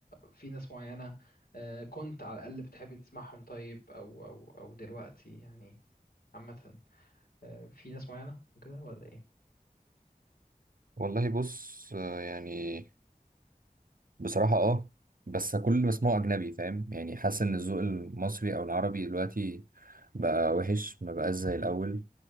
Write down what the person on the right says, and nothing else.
والله بص آه يعني بصراحة اه بس كل اللي بسمعه اجنبي فاهم يعني حاسس ان الذوق المصري او العربي دلوقتي بقى وحش ما بقاش زي الاول